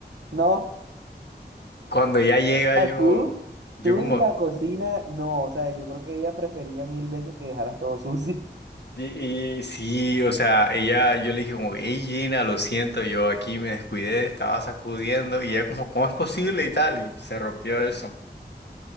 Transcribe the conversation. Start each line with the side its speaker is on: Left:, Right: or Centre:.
Right: no.
Left: Cuando
Right: <laughs>
Left: ella llega,
Right: Ah,
Left: yo,
Right: Tú,
Left: yo
Right: tú
Left: como,
Right: y la cocina, no, o sea, yo creo que ella prefería mil veces que dejaras todo sucio. <laughs>
Left: y, y sí, o sea, ella, yo le dije como, hey Gina, lo siento, yo aquí me descuidé, estaba sacudiendo y ella como, ¿cómo es posible y tal? Y se rompió eso.